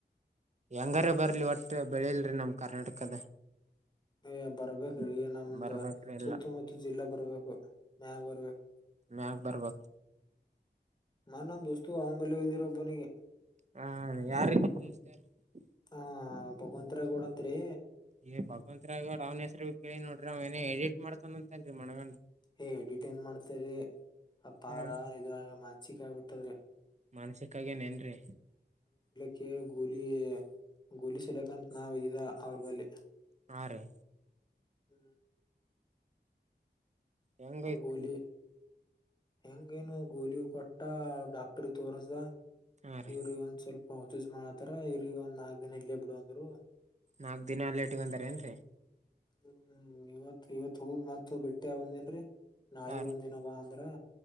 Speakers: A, on the right (about 40°); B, on the left (about 25°).
A: ಹೆಂಗಾರ ಬರ್ಲಿ ಒಟ್ಟೆ ಬೆಳಿಲ್ರಿ ನಮ್ ಕರ್ನಾಟಕದ
B: ಈ ಬರ್ಬೇಕ್ರ
A: ಹ್ಮ್
B: ಈ ನಮ್ದ
A: ಬರ್ಬೇಕ್ರಿ ಎಲ್ಲ
B: ಸುತ್ತಮುತ್ತ ಜಿಲ್ಲಾ ಬರ್ಬೇಕು ಮ್ಯಾಗ ಬರ್ಬೇಕು
A: ಮ್ಯಾಪ್ ಬರಬೇಕು
B: ನ ನಮ್ ದೋಸ್ತು ಅವಂಬಲ್ಲ ಹೊಬಿರ ಒಬ್ಬನಿಗೆ
A: ಹಾ ಯಾರ <unintelligible>
B: ಹಾ ಭಗವಂತ ರ ಗೋಡಂತ್ರಿ.
A: ಈ ಭಗವಂತರ ಗೋಡ್ರ ಅವ್ನ ಹೆಸರ ಕೇಳಿ ನೋಡ್ರಿ ಅವ್ ಏನ ಎಡಿಟ್ ಮಾಡ್ತಾನ ಅಂತ ಅಲ್ರಿ ಮನಗಂಡ
B: ಏ ಎಡಿಟ್ ಏನ್ ಮಾಡ್ತಾರಿ ಅ ಪಾರ
A: ಹ್ಮ್
B: ಇದ್ರ ಮಾನಸಿಕ ಆಗ್ಬಿಟ್ಟದ್ರಿ.
A: ಮಾನಸಿಕ ಆಗ್ಯಾನ ಏನ್ರಿ.
B: ಕ ಗೋಲಿ ಗುಲಿ ಸಲಕಂತ ನಾವ ಇದಿದ ಅವ್ರ ಬಲ್ಲಿ
A: ಹಾರಿ.
B: ಹ್ಮ.
A: ಹೆಂಗೈತಿ.
B: ಗೋಲಿ ಹೆಂಗೇನು ಗೋಲಿ ಕೊಟ್ಟ ಡಾಕ್ಟ್ರ ತೋರ್ಸ್ದ.
A: ಹಾ ರೀ
B: ಇವ್ರಿಗ ಒಂದ್ ಸ್ವಲ್ಪ ಪರ್ಚೆಸ್ ಮಾಡತಾರ ಇವ್ರಿಗ ಒಂದ್ ನಾಲ್ಕ್ ದಿನ ಇಲ್ಲೇ ಬಿಡು ಅಂದ್ರು.
A: ನಾಕ್ ದಿನ ಅಲ್ಲೇ ಇಟ್ಕೊತಾರ ಏನ್ರರಿ.
B: ಹ್ಮ ಇವತ್ ಇವತ್ ಹೋಗಿ ಮತ್ತ ಬಿಟ್ಟಿ ಆಗಿ ಬಂದೇನ್ರಿ ನಾಳಿಗ್
A: ಹಾ ರೀ
B: ಒಂದಿನ ಬಾ ರಾ